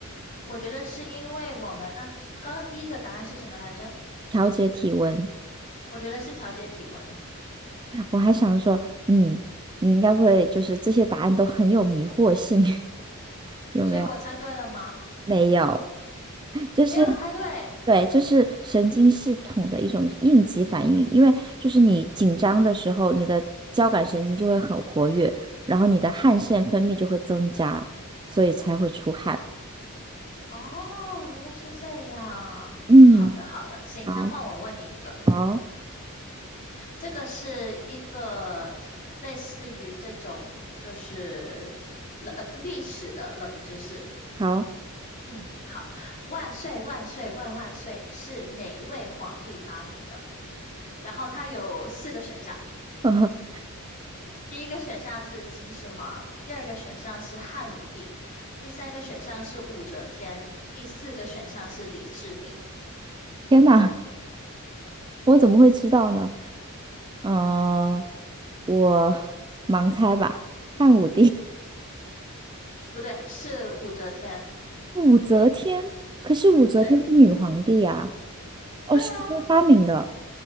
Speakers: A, on the left; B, on the right.
A: 我觉得是因为我们，嗯、刚刚第一个答案是什么来着？
B: 调节体温，
A: 我觉得是调节体温。
B: 我还想说，嗯，你应该会就是这些答案都很有迷惑性，<laughs> 有没有？
A: 所以我猜对了吗？
B: 没有。这是
A: 没有猜对。
B: 对，这是神经系统的一种应急反应，因为就是你紧张的时候，你的交感神经就会很活跃，然后你的汗腺分泌就会增加，所以才会出汗。
A: 哦，原来是这样。
B: 嗯，
A: 好的，好的，行，
B: 好，
A: 那换我问你一个，
B: 好，
A: 这个是一个类似于这种就是冷呃历史的冷知识。
B: 好，
A: 嗯，好，万岁万岁万万岁是哪位皇帝发明的？然后它有四个选项。
B: <laughs> 呃
A: 第一个选项是秦始皇，第二个选项是汉武帝，第三个选项是武则天，第四个选项是李世民。
B: 天哪，我怎么会知道呢？嗯、我盲猜吧，汉武帝，
A: 嗯，不对，是武则天。
B: <laughs> 武则天，可是武则天是女皇帝呀、
A: 对，
B: 哦，
A: 对啊，
B: 是她发明的。